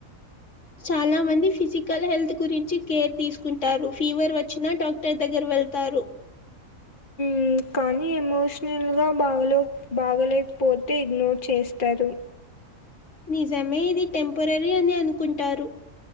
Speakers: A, on the left (about 50°); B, on the left (about 35°).
A: చాలా మంది ఫిజికల్ హెల్త్ గురించి కేర్ తీసుకుంటారు ఫీవర్ వచ్చినా డాక్టర్ దగ్గర వెళ్తారు
B: ఉమ్ కానీ ఎమోషనల్గా బాగలో బాగలేకపోతే ఇగ్నోర్ చేస్తారు
A: నిజమే ఇది టెంపరరీ అని అనుకుంటారు